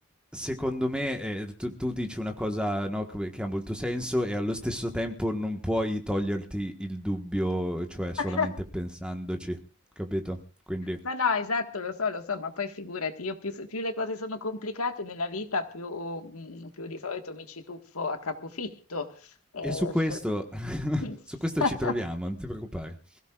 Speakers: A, in the centre; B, on the left (about 80°).
A: secondo me eh, tu, tu dici una cosa no, che che ha molto senso e allo stesso tempo non puoi toglierti il dubbio, cioè solamente
B: <laughs>
A: pensandoci, capito? Quindi,
B: Ma no, esatto, lo so, lo so, ma poi figurati, io più, s- più le cose sono complicate nella vita, più, mm, più di solito mi ci tuffo a capofitto. Eh,
A: e su questo,
B: se- <laughs>
A: su questo ci troviamo, non ti preoccupare.